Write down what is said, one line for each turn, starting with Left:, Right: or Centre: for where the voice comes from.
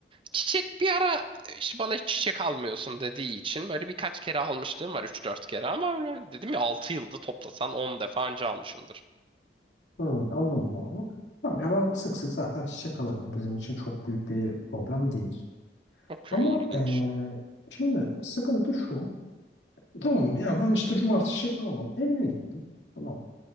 Right: çiçek bir ara e, işte bana hiç çiçek almıyorsun dediği için böyle birkaç kere almışlığım var üç dört kere ama öyle dedim ya 6 yılda toplasan on defa anca almışımdır.
Left: Hı, anladım abi. Tamam ya ben sık sık zaten çiçek alırım. Bu bizim için çok büyük bir problem değil.
Right: Okey,
Left: Ama
Right: ilginç.
Left: eee, şimdi sıkıntı şu. Tamam ya ben işte cumartesi çiçek almam. Evine gittim. Tamam mı?